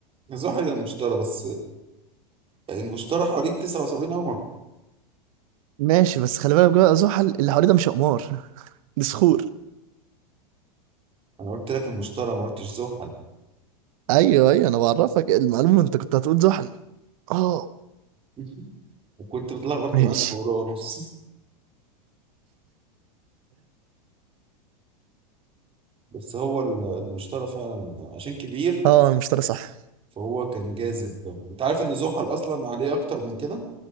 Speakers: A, on the right (about 30°); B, on the right (about 60°).
A: يا زحل يا المشتري بس المشتري حواليك 79 قمر
B: ماشي بس خلي بالك بقى زحل اللي حواليه ده مش أقمار دي صخور
A: انا قلت لك المشتري ما قلتش زحل
B: أيوه أيوه أنا بعرفك المعلومة أنت كنت هتقول زحل اه
A: <laughs> وكنت متلخبط
B: ماشي
A: كمان في فروع ونص بس هو ال- المشترى فعلا عشان كبير
B: اه المشتري صح
A: فهو كان جاذب انت عارف ان زحل اصلا عليه اكتر من كده